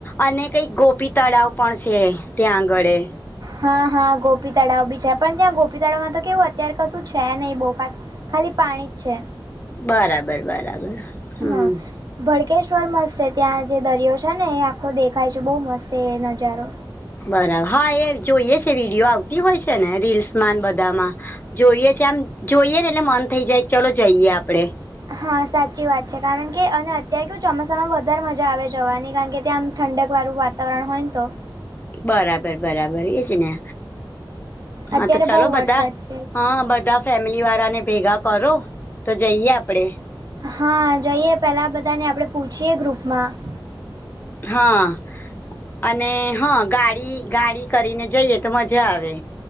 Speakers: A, on the left (about 25°); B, on the right (about 50°).
A: અને કંઈક ગોપી તળાવ પણ છે, ત્યાં આગળ એ
B: હા, હા, ગોપી તળાવ બી છે, પણ ત્યાં ગોપી તળાવમાં તો કેવું અત્યારે કશું છે નહીં, બહુ ખાસ. ખાલી પાણી જ છે.
A: બરાબર, બરાબર. હમ
B: હા. ભડકેશ્વર મસ્ત છે, ત્યાં જે દરિયો છે ને, એ આખો દેખાય છે, બહુ મસ્ત છે એ નજારો.
A: બરાબર. હા, એ જોઈએ છે, વિડીયો આવતી હોય છે ને, રીલ્સમાં બધામાં. જોઈએ છે, આમ જોઈએ ને, એટલે મન થઈ જાય, ચાલ જઈએ આપડે.
B: હા, સાચી વાત છે, કારણકે, અને અત્યારે કે ચોમાસામાં વધારે મજા આવે જવાની, કારણકે ત્યાં આમ ઠંડક વાળું વાત વાતાવરણ હોયને તો.
A: બરાબર, બરાબર, એજને. હા,
B: અત્યારે
A: તો ચાલો
B: બહુ
A: બધા.
B: વરસાદ છે
A: હા, બધા ફેમિલી વાળા ને ભેગા કરો તો, જઈએ આપડે.
B: હા જઈએ, પેલા બધાને, આપડે પૂછીએ ગ્રુપમાં.
A: હા, અને હં ગાડી ગાડી કરીને જઈએ, તો મજા આવે.